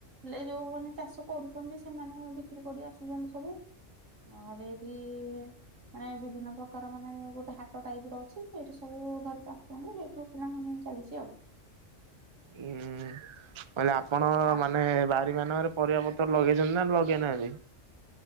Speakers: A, on the right; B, on the right.
A: ହେଲେ ଯୋଉମାନୋନ ଚାଷ କରୁଛନ୍ତି ସେମାନେ ବିକ୍ରି କରି ଆସୁଛନ୍ତି ସବୁ। ହଁ ନେଇକି ମାନେ ବିଭିନ୍ନ ପ୍ରକାର ମାନେ ଗୋଟେ ହାଟ ଟାଇପ ର ଅଛି ସେଇଠି ସବୁ ଧରି <unintelligible> ଚାଲିଛି ଆଉ
B: ହୁଁ କହିଲେ ଆପଣ
A: ଆ
B: ମାନେ ବାରି ମାନଙ୍କରେ ପରିବା ପର୍ତ୍ ଲଗେଇଛନ୍ତି ନା ଲଗେଇନାହାନ୍ତି।